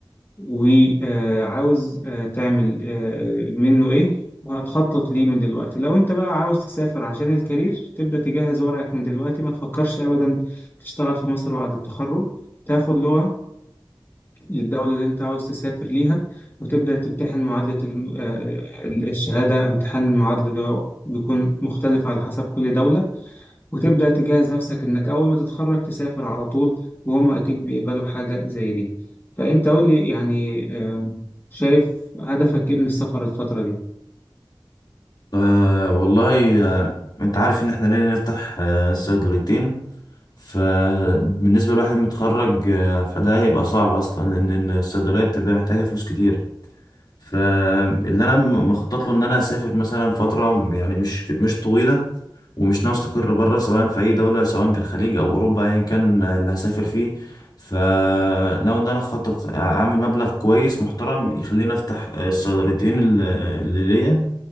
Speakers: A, on the left (about 25°); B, on the left (about 55°).
A: وعاوز آه، تعمل آه، منه ايه وهتخطط ليه من دلوقتي لو انت بقى عاوز تسافر عشان الكارير تبدأ تجهز ورقك من دلوقتي ما تفكرش ابدا تشتغل في مصر بعد التخرج تاخد لغة للدولة اللي انت عاوز تسافر ليها وتبدأ تمتحن معادلة الم- آه، آه، الشهادة امتحان المعادلة اللي هو بيكون مختلف على حسب كل دولة وتبدأ تجهز نفسك إنك أول ما تتخرج تسافر على طول وهم أكيد بيقبلوا حاجة زي دي فأنت قول لي يعني آم، شايف هدفك إيه من السفر الفترة دي؟
B: آه والله آه انت عارف ان احنا لينا نفتح آه صيدليتين فبالنسبة لواحد متخرج آه، فده هيبقى صعب أصلا لأن الصيدلية بتبقى محتاجة فلوس كتير فاللي أنا م- مخطط له إن أنا أسافر مثلا فترة يعني مش مش طويلة ومش ناوي أستقر بره سواء في أي دولة سواء كان خليج أو أوروبا أيا كان اللي هسافر فيه فناوي إن أنا أخطط أعمل مبلغ كويس محترم يخليني أفتح آه، الصيدليتين اللي اللي ليا